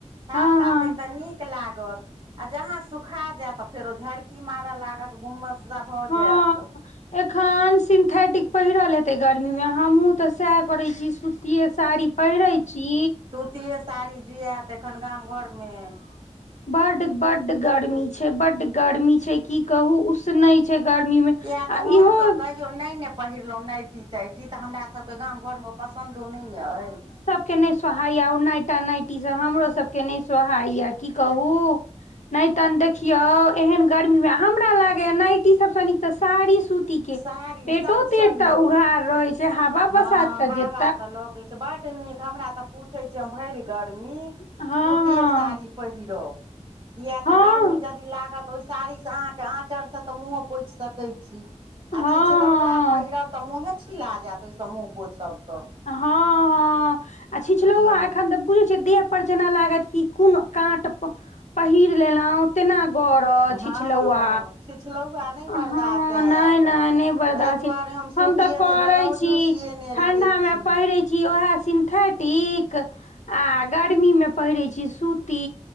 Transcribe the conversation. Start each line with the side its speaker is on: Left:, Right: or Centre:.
Right: तात
Left: हँ
Right: काल
Left: हँ
Right: तेक तऽ नीक लागत। आ जहाँ सुखा जाएत फेरो झरकी मारा लागत, गुम्मस सा भऽ
Left: हँ
Right: जाएत।
Left: एखन सिंथेटिक पहिरल हेतै गर्मी मे हमु ते साएह करे छी। सूतिये साड़ी पहिरे छी।
Right: सुतिये साड़ी जिआएत एखन गाम घरमे।
Left: बड, बड गर्मी छै, बड गर्मी छै की कहु उस उसनै छै गर्मी मे
Right: इएह तऽ
Left: आ
Right: हमसभ
Left: इहो
Right: कहियो नै ने पहिरलौ नायटी तायटी तऽ हमरा सबके गाम घर मे पसन्दो नै ने एछ।
Left: के नै सोहाय या उ नायटा-नायटी सब, हमरो सबके नै सोहाय या की कहु। नै तहन देखियो एहन गर्मी मे हमरा लागैया नायटी सबसे नीक त साड़ी सूती के,
Right: साड़ी
Left: पेटो-तेट
Right: सभसँ नीक
Left: तऽ उघार रहे छै, हवा
Right: हँ
Left: बसात तऽ
Right: हवा
Left: जे
Right: तऽ लगै छै बड नीक हमरा तऽ पूछे छै हम भैर गर्मी
Left: हँ
Right: सुतिये साड़ी
Left: हँ
Right: पहिरब किया
Left: हँ
Right: तऽ गर्मी जदि लागत ओय साड़ी से अहाँ के आंचर से तऽ मुहो पोएछ सकै छी आ
Left: हँ
Right: छिछलौवा पहिरब तऽ मुँहे छिला जाएत ओय से मुँह पोछब तऽ।
Left: हां-हां आ छिछलौवा
Right: बुझली
Left: एखन तऽ उ जे छै देह पर जेना लागत की कुन कांट प पहिर लेलौ तेना गर त
Right: हँ
Left: छिछलौवा
Right: छिछलौआ नहि बर्दाश्त
Left: हां
Right: हैत
Left: नै नै नै बरदास
Right: ताहि दुआरे
Left: या।
Right: सूतिएके
Left: हम तऽ करै
Right: ब्लाउजो
Left: छी
Right: सियेने
Left: ठण्डामे
Right: रहै छी
Left: पहिरै छी उहाए सिन्थेटिक। आ गर्मी मे पहिरे छी सूती,